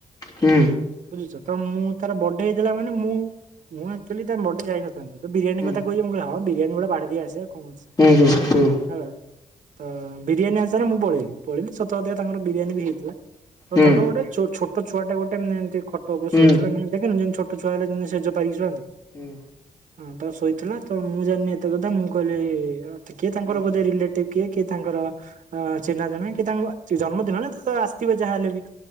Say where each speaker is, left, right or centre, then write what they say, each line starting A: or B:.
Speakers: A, on the left; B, on the right.
A: ହୁଁ
B: ବୁଝୁଛ ତ ମୁଁ ତାର ବର୍ଡେ ହେଇଥିଲା ମାନେ ମୁଁ ମୁଁ ଆଚୁଆଲି ତାର ବର୍ଡେ ଯାଇନଥିଲି ତ ବିରିୟାନ
A: ହୁଁ
B: କଥା କହିହୁିବ କ ହଁ ବିୟାନୀ ଗଡା ବାା ଦେଇ ଆସେ କଛିଁଲା
A: ହୁଁ ହୁଁ ହୁଁ ହୁଁ
B: ତ ବିରିୟାନୀ ଅନୁସାରେ ମୁଁ ପଳେଇଲିି ପଳେଇି ସତଧ ତାଙ୍କର ବିରିୟାନୀ ବି ହେଇଥିଲା ତ
A: ହୁଁ।
B: ତାଙ୍କର ଗୋଟେ ଛୋଟ ତ ଛୁଆା ଗୋଟେ ଏମ ଏତି ଫଟୋ ଉପରେ
A: ହୁଁ
B: ଶୋଇଥିଲା ମାନ ଦେଖ ଯେଛ ତ ଛୁଆ ହେ ଯେି ସେେ ପାରିଛନ୍ତି
A: ହୁଁ
B: ହଁ ତ ଶୋଇଥିଲା ତ ମୁଁ ଜାଣିନି ଏତେ କଥା ମୁଁ କହିଲି କିଏ ତାଙ୍କର
A: ହୁଁ
B: ବୋିଲେଟ କିଏ କିଏ ତାଙ୍କର ଅ ଚିହ୍ନା ଜଣ ତାଙ୍କ ଜନ୍ମଦିନ ନା ତ ଆସିଥିବ ଯାହାହଲେ ବି